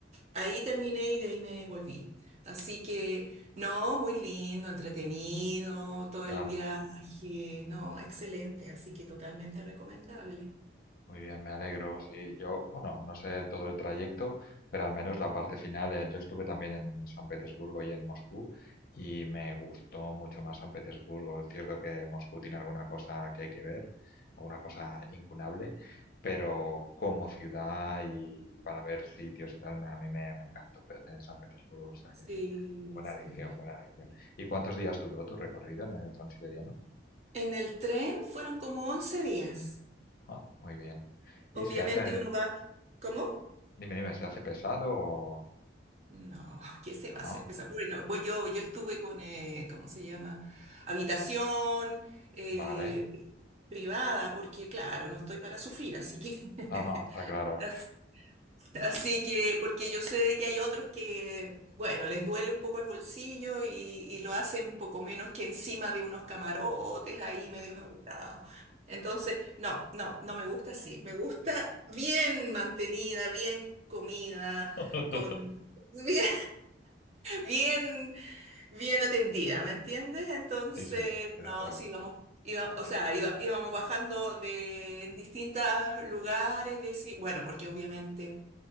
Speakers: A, on the right; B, on the left.
A: ahí terminé y de ahí me volví. Así que, no, muy lindo, entretenido, todo
B: Claro.
A: el viaje, no, excelente, así que totalmente recomendable.
B: Muy bien, me alegro. Sí, yo, bueno, no sé todo el trayecto, pero al menos la parte final, eh, yo estuve también en San Petersburgo y en Moscú y me gustó mucho más San Petersburgo. Es cierto que Moscú tiene alguna cosa que hay que ver, alguna cosa incunable, pero como ciudad y para ver sitios y tal, me- a mí me, me encantó Pe- eh, San Petersburgo, o sea
A: Sí,
B: que buena
A: sí.
B: elección, buena elección. ¿Y cuántos días duró tu recorrido en el Transiberiano?
A: En el tren fueron como 11 días.
B: Ah, muy bien.
A: Obviamente
B: ¿Y se hace,
A: uno va, ¿cómo?
B: dime, dime, se hace pesado o...
A: No, <laughs> ¿qué se va a
B: Ah,
A: hacer? Pues, bueno, voy yo, yo estuve con, eh, ¿cómo se llama? Habitación eh,
B: vale.
A: privada, porque claro, no estoy para sufrir, así que
B: No, no, está claro.
A: <laughs> así
B: Ah.
A: Así que, porque yo sé de que hay otros que, bueno, les duele un poco el bolsillo y, y lo hacen poco menos que encima de unos camarotes ahí medios apretados. Entonces, no, no, no me gusta así. Me gusta bien mantenida, bien comida,
B: <laughs>
A: con <laughs> bien, bien, bien atendida, ¿me entiendes? Entonces,
B: Sí, sí, estoy de
A: no,
B: acuerdo.
A: sí, vamos. Iba- o sea, iba- íbamos bajando de en distintos lugares, de, sí- bueno, porque obviamente